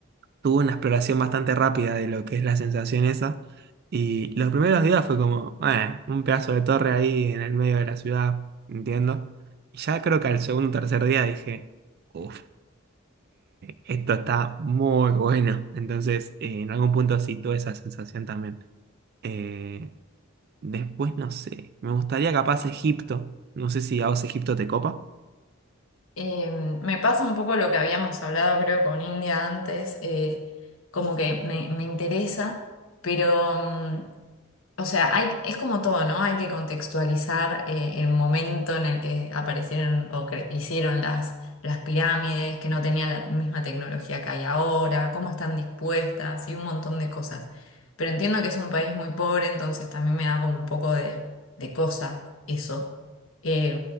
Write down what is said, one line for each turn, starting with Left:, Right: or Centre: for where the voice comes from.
Right: tuvo una exploración bastante rápida de lo que es la sensación esa. Y los primeros días fue como, bueno, un pedazo de torre ahí en el medio de la ciudad, entiendo. Y ya creo que al segundo o tercer día dije, uff, esto está muy bueno. Entonces, eh, en algún punto sí tuve esa sensación también. Eh, después, no sé, me gustaría capaz Egipto. No sé si a vos Egipto te copa.
Left: Eh, me pasa un poco lo que habíamos hablado creo con India antes, eh, como que me, me interesa, pero... mm, O sea, hay, es como todo, ¿no? Hay que contextualizar eh, el momento en el que aparecieron o cre- hicieron las, las pirámides, que no tenían la misma tecnología que hay ahora, cómo están dispuestas y un montón de cosas. Pero entiendo que es un país muy pobre, entonces también me da como un poco de, de cosa eso. Eh,